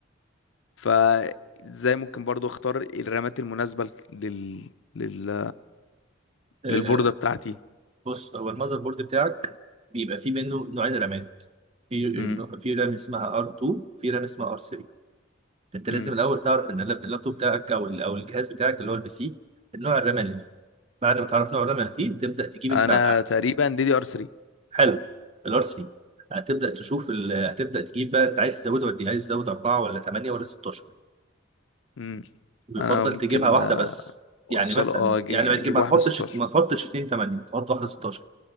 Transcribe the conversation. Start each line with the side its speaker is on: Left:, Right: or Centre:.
Left: فازاي ممكن برضو اختار الرمات المناسبة لل... لل...
Right: آه،
Left: للبوردة بتاعتي
Right: بص هو المذر بورد بتاعك بيبقى فيه منه نوعين رامات في
Left: امم
Right: في رام اسمها R2 وفي رام اسمها R3 انت لازم
Left: امم
Right: الاول تعرف ان اللاب- اللابتوب بتاعك او ال- او الجهاز بتاعك اللي هو البي سي النوع الرام اللي فيه بعد ما تعرف نوع الرام اللي فيه تبدا تجيب
Left: انا
Right: انت ع-
Left: تقريبا دي دي ار 3
Right: حلو الار 3 هتبدا تشوف ال... هتبدا تجيب بقى انت عايز تزود ولا عايز تزود 4 ولا 8 ولا 16
Left: امم
Right: بيفضل
Left: انا ممكن
Right: تجيبها واحده بس
Left: اوصله
Right: يعني مثلا
Left: اه أجي-
Right: يعني
Left: يعني
Right: ما تجيب
Left: اجيب
Right: ما
Left: واحدة
Right: تحطش
Left: 16
Right: ما تحطش 2 8 تحط واحده 16